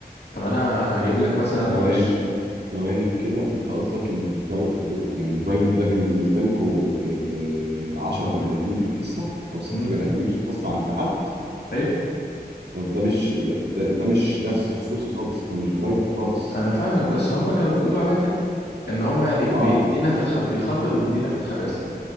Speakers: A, on the left; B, on the right.
A: طب أنا هجيب لك مثلا
B: ثواني
A: أنا في الش...
B: ثواني كده انت قصدك البراي... يعني البرايفت ده كان بالنسبه لكم 10 بني ادمين في الحصه او ست
A: مم.
B: بني ادمين في الحصه عند حد
A: أيوة
B: طب ده مش ده, ده ده مش درس خصوصي خالص ده مش برايفت خالص
A: أنا فاهمك بس هم كانوا بيقولوا عليها كده إن هم يعني بيدينا
B: اه
A: في الخ... بيخاطر ويدينا في الخباثة